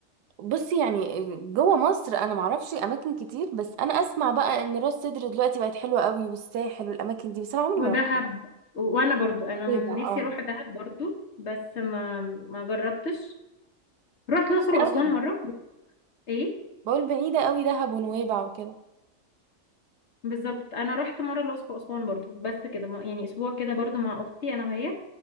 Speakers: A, on the right; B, on the left.
A: بصي يعني جوه مصر انا معرفش اماكن كتير بس انا اسمع بقى ان راس سدر دلوقتي بقت حلوه قوي والساحل والاماكن دي بس انا عمري
B: ودهب
A: ما رحت
B: وانا برضو انا
A: بعيدة،
B: نفسي
A: اه
B: اروح دهب برضو بس ما ما جربتش رحت الاقصر
A: قوي
B: واسوان مرة ايه
A: بقول بعيده قوي دهب ونويبع وكده
B: بالظبط انا رحت مرة الاقصر واسوان برضو بس كده ما- يعني اسبوع كده برضو مع اختي انا وهي